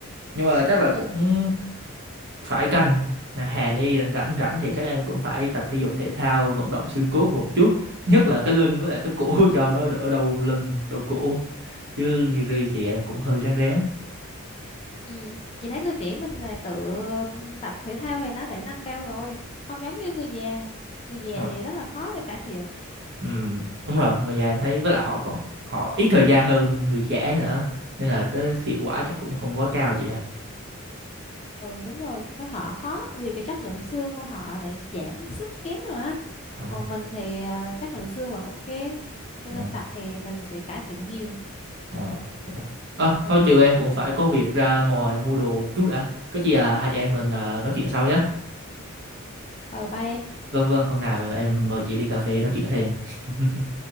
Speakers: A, on the right; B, on the left.
A: nhưng mà chắc là
B: Ừ,
A: cũng phải canh À, Hà Ni rảnh rảnh rảnh thì chắc em cũng phải tập thể dục thể thao vận động xương cốt một chút nhất là cái lưng với lại cái cổ <laughs> cho nó đỡ đau lưng đau cổ chứ như Ri thì em cũng hơi ráng rén
B: ừ. Chị thấy người trẻ mình là tự ừ, tập thể thao thì nó để nâng cao rồi, không giống như người già. Người già
A: Ờ,
B: thì rất là khó để cải thiện.
A: ừm, đúng rồi người già em thấy với lại họ còn họ ít thời gian hơn người trẻ nữa nên là cái hiệu quả chắc cũng không quá cao chị à
B: Ừ đúng rồi, nó họ khó vì cái chất lượng xương của họ đã giảm sút kém rồi á.
A: Ờ,
B: Còn mình thì à, chất lượng xương vẫn ok, cho
A: ờ,
B: nên tập thì mình sẽ cải thiện nhiều.
A: ờ, Được rồi. Ờ,
B: Ờ.
A: thôi chiều em cũng phải có việc ra ngoài mua đồ một chút đã có chi à hai chị em mình à, nói chuyện sau nhé
B: Ờ ba em
A: Vâng vâng, hôm nào em mời chị đi cà phê nói chuyện thêm. <laughs>